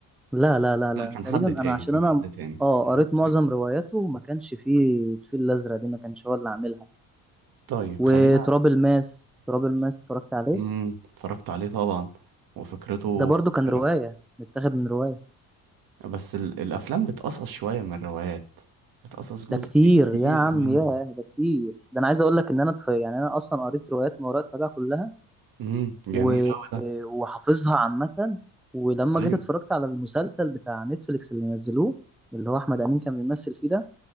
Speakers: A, in the centre; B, on the right.
A: لا لا لا لا
B: لا كان
A: تقريبا
B: حد تاني
A: انا عشان
B: كان
A: انا
B: حد تاني
A: اه
B: كان
A: قريت
B: حد
A: معظم
B: تاني
A: رواياته ما كانش فيه الفيل الازرق دي ما كانش هو اللي عاملها
B: طيب
A: وتراب
B: خلينا
A: الماس تراب الماس اتفرجت عليه
B: امم اتفرجت عليه طبعا وفكرته
A: ده برضو
B: خطيرة
A: كان رواية متاخد من رواية
B: بس ال... الافلام بتقصص شوية من الروايات بتقصص جزء
A: ده كتير
B: كتير
A: يا عم
B: منها
A: يا ده كتير ده انا عايز اقول لك ان انا اتف- يعني انا اصلا قريت روايات ما وراء الطبيعة كلها
B: امم
A: و...
B: جميل قوي ده
A: وحافظها عامة ولما
B: ايوه
A: جيت اتفرجت على المسلسل بتاع نتفليكس اللي نزلوه اللي هو احمد امين كان بيمثل فيه ده